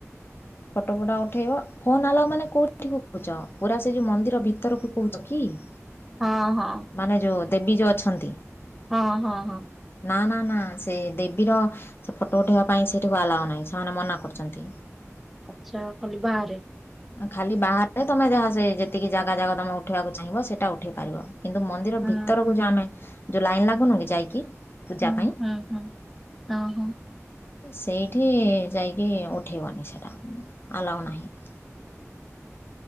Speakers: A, on the left; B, in the centre.
A: ଫଟୋ ଫଟା ଉଠେଇବ ଫୋନ ଆଲାଉ ମାନେ କୋଉଠି କହୁଛ ପୁରା ସେ ଯୋଉ ମନ୍ଦିର ଭିତରକୁ କହୁଛ କି। ହଁ
B: ହଁ ହଁ।
A: ମାନେ ଯୋଉ ଦେବୀ ଯୋଉ ଅଛନ୍ତି।
B: ହଁ ହଁ ହଁ।
A: ନା ନା ନା ସେ ଦେବୀ ର ସେ ଫଟୋ ଉଠେଇବା ପାଇଁ ସେଇଠିକୁ ଆଲାଓ ନାହିଁ ସେମାନେ ମନା କରୁଚନ୍ତି।
B: ଆଚ୍ଛା ଖାଲି ବାହାରେ?
A: ଆଁ ଖାଲି ବାହାରେ ତମେ ଯାହା ସେ ଯେତିକି ଜାଗା ଜାଗା ତମେ ଉଠେଇବାକୁ ଚାହିଁବ ସେଟା ଉଠେଇ ପାରିବ। କିନ୍ତୁ ମନ୍ଦିର
B: ହୁଁ
A: ଭିତରକୁ
B: ହୁଁ
A: ଯୋଉ ଆମେ ଯୋଉ ଲାଇନ୍ ଲାଗୁନୁ କି ଯାଇକି ପୂଜା
B: ହୁଁ
A: ପାଇଁ
B: ହୁଁ ହୁଁ ଓହୋ।
A: ସେଇଠି ଯାଇକି ଉଠେଇବନି ସେଟା ଆଲାଓ ନାହିଁ।